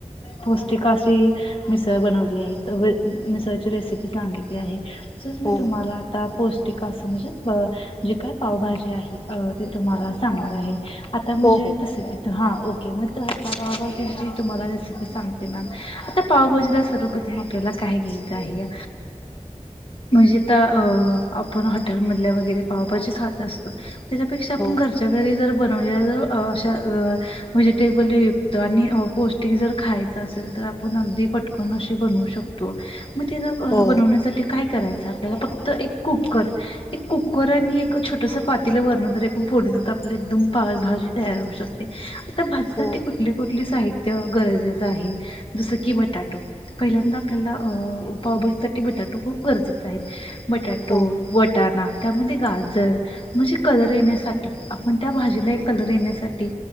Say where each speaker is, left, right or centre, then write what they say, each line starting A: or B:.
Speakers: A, on the left; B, on the left.
A: पौष्टिक अशी मिसळ बनवली आहे. व मिसळची रेसिपी सांगितली आहे जस मी
B: हो
A: तुम्हाला आता पौष्टिक असं म्हणजे अ जे काय पावभाजी आहे ते तुम्हाला सांगणार आहे. आता म्हणजे
B: हो
A: तसं त हां ओके मग तर आता पावभाजीची तुम्हाला रेसिपी सांगते मॅम आता पावभाजीला सर्वप्रथम आपल्याला काय घ्याल म्हणजे आपण हॉटेलमध्ये बाहेर आपण पावभाजी खात असतो याच्यापेक्षा आपण
B: हो
A: जर घरच्या घरी बनवली बनवल्या अशा व्हेजिटेबल युक्त आणि पौष्टिक जर खायचं असेल तर आपण अगदी पटकन अशी बनवू शकतो मग तिथं
B: हो
A: बनवण्यासाठी काय करायचं आपल्याला फक्त एक कुकर एक कुकर आणि एक छोटंसं पातील वरणं जरी आपण फोडलं तर आपल्या एकदम पाव भाजी तयार होऊ शकते आता भाजीसाठी
B: हो
A: कुठले कुठले साहित्य गरजेचं आहे जसं की बटाटो पहिल्यांदा आपल्याला अ पाभजीसाठी बटाटो खूप गरजेचे आहेत बटाटो
B: हो
A: वटा ना मग ते गाजर म्हणजे कलर येण्यासाठी आपण त्या भाजीला एक कलर येण्यासाठी